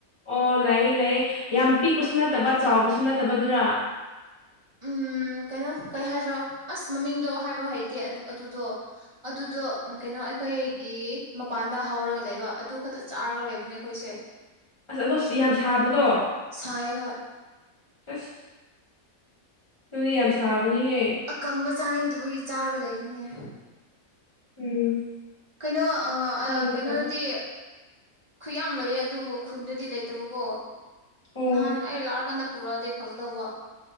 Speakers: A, on the left; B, on the right.
A: ꯑꯣ ꯂꯩꯌꯦ ꯂꯩꯌꯦ ꯌꯥꯝ ꯄꯤꯛꯄꯁꯨ ꯅꯠꯇꯕ ꯆꯥꯎꯕꯁꯨ ꯅꯠꯇꯕ ꯑꯗꯨꯔ
B: ꯎꯝ ꯀꯩꯅꯣ ꯀꯩ ꯍꯥꯏꯗ꯭ꯔꯣ ꯑꯁ ꯃꯃꯤꯡꯗꯣ ꯍꯥꯏꯕ ꯍꯩꯇꯦ ꯑꯗꯨꯗꯣ ꯑꯗꯨꯗꯣ ꯀꯩꯅꯣ ꯑꯩꯈꯣꯏꯒꯤ ꯃꯄꯥꯟꯗ ꯍꯧꯔꯒ ꯂꯩꯕ ꯑꯗꯨ ꯈꯛꯇ ꯆꯥꯔꯒ ꯂꯩꯕꯅꯦ ꯑꯩꯈꯣꯏꯁꯦ
A: ꯑꯁ ꯑꯗꯣ ꯌꯥꯝ ꯁꯥꯕꯗꯣ
B: ꯁꯥꯏ ꯍꯣꯏ
A: ꯑꯁ ꯑꯗꯨꯗꯤ ꯌꯥꯝ ꯁꯥꯕꯅꯤꯍꯦ
B: ꯑꯀꯪꯕ ꯆꯥꯅꯤꯡꯗꯕꯒꯤ ꯆꯥꯔꯒ ꯂꯩꯅꯤꯅꯦ
A: ꯎꯝ
B: ꯀꯩꯅꯣ ꯑ
A: ꯑꯗꯨꯅ
B: ꯀꯩꯅꯣꯗꯗꯤ
A: ꯐꯔꯦ
B: ꯈꯨ ꯌꯥꯝ ꯂꯩꯌꯦ ꯑꯗꯨꯕꯨ ꯈꯨꯟꯗꯗꯤ ꯂꯩꯇꯕꯀꯣ
A: ꯑꯣ
B: ꯅꯍꯥꯟ ꯑꯩ ꯂꯥꯛꯑꯀꯥꯟꯗ ꯄꯨꯔꯛꯑꯗꯤ ꯐꯛꯗꯧꯕ